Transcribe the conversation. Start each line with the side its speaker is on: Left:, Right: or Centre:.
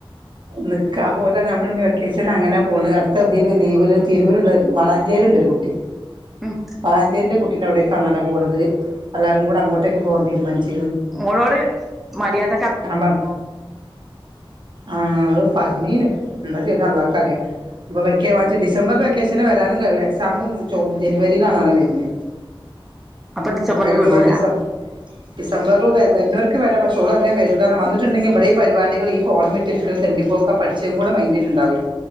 Right: ന്ന്ക്കാ അപോലർഞ്ഞു അമ്മള്ഞ് വെക്കേഷനങ്ങനെ പോണ് അട്ത്തതില് ലീവില് തിരൂരുള്ള മളാഞ്ചേയിണ്ടരു കുട്ടി
Centre: ഉം
Right: പളാഞ്ചേര്ന്റെ കുട്ടിൻ്റവ്ടേക്കാണാല്ല പോണത് അല്ലാരും കൂടെ അങ്ങോട്ടേക്ക് പോം തീരുമാനിച്ച്
Centre: ഒളോട് മര്യാദ
Right: ആഹ് പർ ആഹ് അവള് പറഞ്ഞീന് ന്താ ചെയ്ത് അള്ളാക്കറ്യാ ബൊ വെക്ക്യേ വാച്ച് ഡിസംബർല് വെക്കേഷന് വരാനും കരൂല എക്സാമ് ചൗ ജനുവരീലാണലോ വര്ന്
Centre: <inaudible> <inaudible> ഡിസംബറില്
Right: പൈനക്കൂട
Centre: വിടൂല
Right: ഡിസം ഡിസംബർലു കെ വര്നോര്ക്ക് വരാ പഷ് ചോളർഞ്ഞേ വരൂലാന്നാ വന്ന്ട്ട്ണ്ടെങ്കി ഇപടെ ഇപാരിപടികള് ഈ ഫോണ് മേറ്റ്ര്ക്കലും തെണ്ടിപ്പോക്ക പഠിച്ചത് ങ്കൂടെ മൈൻ്റ്ല്ണ്ടാവൂല